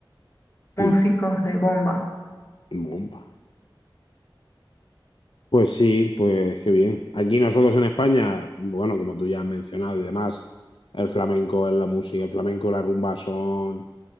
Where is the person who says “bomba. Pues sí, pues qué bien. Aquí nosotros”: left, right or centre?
Left